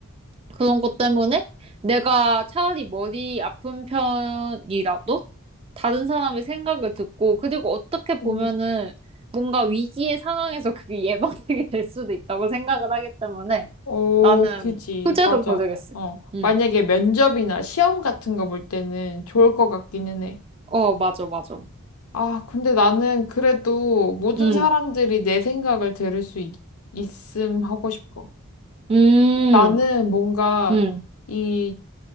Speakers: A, on the right; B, on the left.
A: 그런 것 때문에 내가 차라리 머리 아픈 편이라도 다른 사람의 생각을 듣고 그리고 어떻게 보면은
B: 음.
A: 뭔가 위기의 상황에서 그게 <laughs> 예방책이 될 수도 있다고 생각을 하기 때문에
B: 어,
A: 나는
B: 그지.
A: 후자로
B: 맞아.
A: 고르겠어.
B: 어.
A: 응.
B: 만약에 면접이나 시험 같은 거 볼 때는 좋을 것 같기는 해.
A: 어, 맞아, 맞아.
B: 아, 근데 나는 그래도 모든
A: 응.
B: 사람들이 내 생각을 들을 수 있, 음 하고 싶어.
A: 음,
B: 나는 뭔가
A: 음,
B: 이